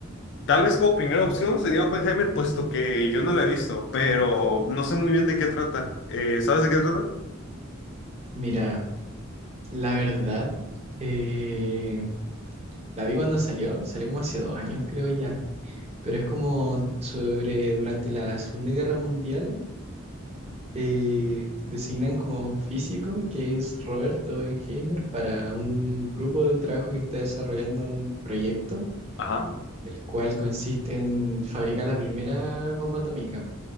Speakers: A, on the left; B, on the right.
A: Tal vez como primera opción sería Oppenheimer, puesto que yo no la he visto, pero no sé muy bien de qué trata. Eh, ¿sabes de qué trata?
B: Mira, la verdad, eh, la vi cuando salió, salió como hace dos años creo ya, pero es como sobre durante la Segunda Guerra Mundial eh, designan como a un físico que es Robert Oppenheimer para un grupo de un trabajo que está desarrollando un proyecto,
A: Ajá.
B: el cual consiste en fabricar la primera bomba atómica.